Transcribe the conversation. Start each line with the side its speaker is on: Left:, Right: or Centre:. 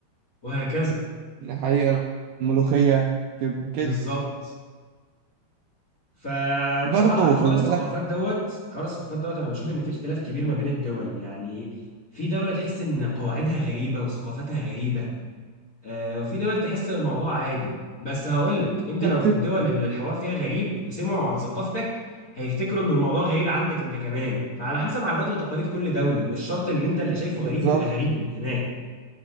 Left: وهكذا
Right: حقيقة الملوخية كب- كده
Left: بالظبط فبصراحة
Right: في برضه
Left: حوار
Right: خلي
Left: الثقافات
Right: بالك
Left: دوت حوار الثقافات دوت أنا بشوف إن في اختلاف كبير ما بين الدول يعني في دولة تحس إن قواعدها غريبة وثقافتها غريبة آه، وفي دول تحس إن الموضوع عادي بس هقول لك أنت
Right: دي
Left: لو
Right: بتبقى
Left: في الدول اللي الحوار فيها غريب وسمعوا عن ثقافتك هيفتكروا إن الموضوع غريب عندك أنت كمان فعلى حسب عادات وتقاليد كل دولة مش شرط إن أنت اللي شايفه غريب
Right: بالظبط
Left: يبقى غريب هناك